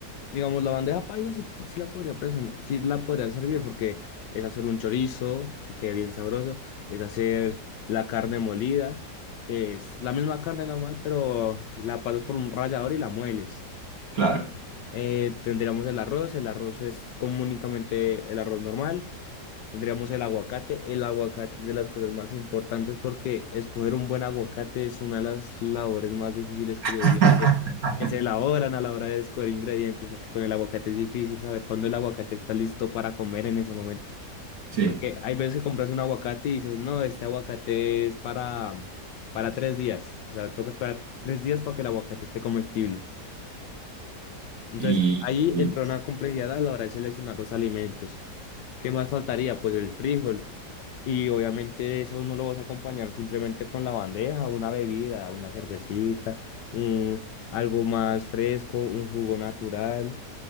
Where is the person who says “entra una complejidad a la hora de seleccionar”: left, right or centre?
Left